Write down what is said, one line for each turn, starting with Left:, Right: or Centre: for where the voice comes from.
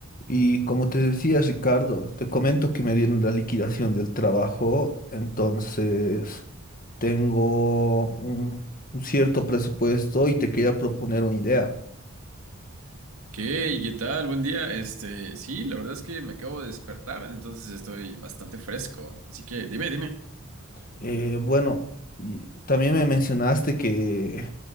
Left: Y como te decía, Ricardo, te comento que me dieron la liquidación del trabajo, entonces tengo un, un cierto presupuesto y te quería proponer una idea.
Right: ¿Qué? ¿Qué tal? Buen día. Este, sí, la verdad es que me acabo de despertar, entonces estoy bastante fresco. Así que dime, dime.
Left: Eh, bueno, y también me mencionaste que